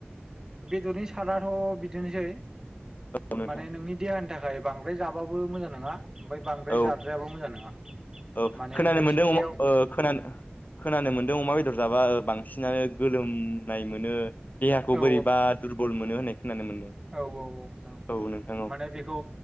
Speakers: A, on the right (about 15°); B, on the left (about 45°).
A: बेदरनि सादआथ' बिदिनोसै
B: औ नोंथां
A: माने नोंनि देहानि थाखाय बांद्राय जाबाबो मोजां नङा ओमफाय बांद्राय
B: औ
A: जाद्रायाबो मोजां नङा।
B: औ
A: माने
B: खोनानो मोनदों
A: सप्तायाव
B: ओ खोनानो खोनानो मोनदों अमा बेदर जाबा बां सिनानो गोलोमनाय मोनो देहाखौ
A: औ
B: बोरैबा दुरबल मोनो होननाय खोनानो मोनदों।
A: औ औ औ नोंथां
B: औ नोंथां औ
A: माने बेखौ